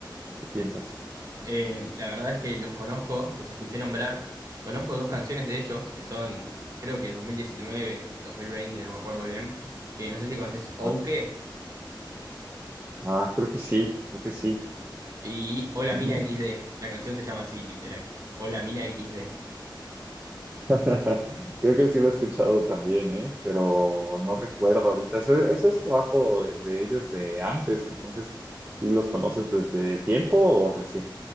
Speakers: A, on the right; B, on the right.
A: ¿qué piensas?
B: Eh, la verdad es que los conozco, los escuché nombrar. Conozco dos canciones de ellos, que son, creo que es 2019, 2020, no me acuerdo bien, que no sé si conoces Ouke
A: Ah, ah, creo que sí, creo que sí.
B: y Hola
A: Ujú.
B: Mina XD. La canción se llama así, literal. Hola Mina XD.
A: <laughs> Creo que sí lo he escuchado también, ¿eh? Pero no recuerdo ahorita. Ese, ese es trabajo de, de ellos de antes, entonces, ¿sí los conoces desde tiempo o recién?